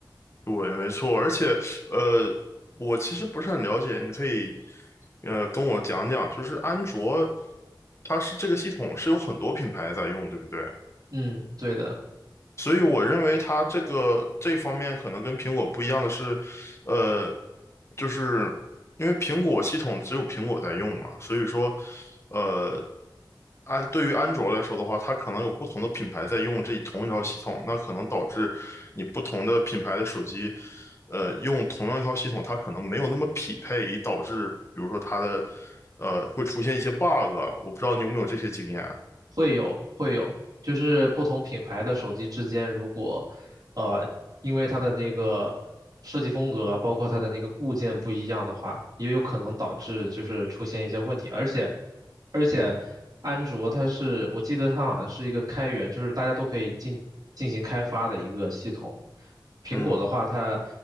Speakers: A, on the left (about 35°); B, on the right (about 55°).
A: 对，没错，而且呃，我其实不是很了解，你可以呃跟我讲讲，就是安卓，它是这个系统是有很多品牌在用，对不对？
B: 嗯，对的，
A: 所以我认为它这个这方面可能跟苹果不一样的是，呃，就是因为苹果系统只有苹果在用嘛，所以说，呃，安对于安卓来说的话，它可能有不同的品牌在用这同一套系统，那可能导致你不同的品牌的手机，呃，用同样一套系统，它可能没有那么匹配，以导致比如说它的，呃，会出现一些 bug，啊我不知道你有没有这些经验啊。
B: 会有会有，就是不同品牌的手机之间，如果呃因为它的那个设计风格，包括它的那个固件不一样的话，也有可能导致就是出现一些问题。而且而且安卓它是，我记得它好像是一个开源，就是大家都可以进进行开发的一个系统。苹果的话，
A: 嗯，
B: 它